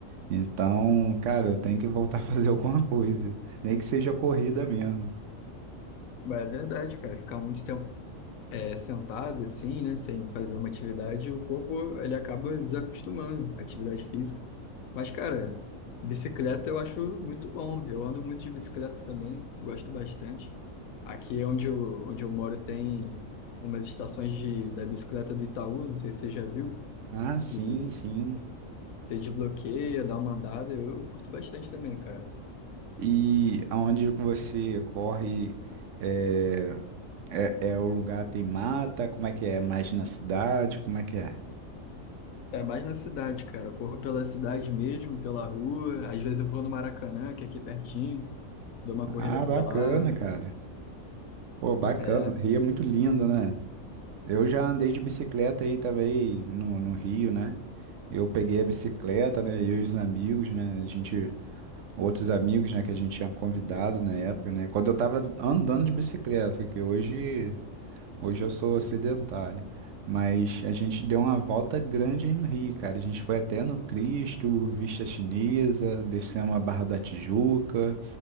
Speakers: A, on the right (about 70°); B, on the left (about 90°).
A: Então, cara, eu tenho que voltar <laughs> a fazer alguma coisa, nem que seja corrida mesmo.
B: Mas é verdade, cara. Ficar muito tempo é, sentado assim, né, sem fazer uma atividade, o corpo ele acaba desacostumando à atividade física. Mas, cara, bicicleta eu acho muito bom. Eu ando muito de bicicleta também, gosto bastante. Aqui é onde eu, onde eu moro tem umas estações de, da bicicleta do Itaú, não sei se você já viu,
A: Ah, sim,
B: que
A: sim.
B: você desbloqueia, dá uma andada. Eu curto bastante também, cara.
A: E aonde que você corre? eh, É, é o lugar tem mata? Como é que é? Mais na cidade? Como é que é?
B: É mais na cidade, cara. Eu corro pela cidade mesmo, pela rua. Às vezes eu vou no Maracanã, que é aqui pertinho, dou uma corrida
A: Ah,
B: por
A: bacana,
B: lá.
A: cara. Pô, bacana.
B: É.
A: O Rio é muito lindo, né? Eu já andei de bicicleta aí também no, no Rio, né? Eu peguei a bicicleta, né? Eu e os amigos, né? A gente, outros amigos, né? Que a gente tinha convidado na época, né? Quando eu tava andando de bicicleta, que hoje Hoje eu sou sedentário, mas a gente deu uma volta grande aí no Rio, cara. A gente foi até no Cristo, Vista Chinesa, descemos a Barra da Tijuca.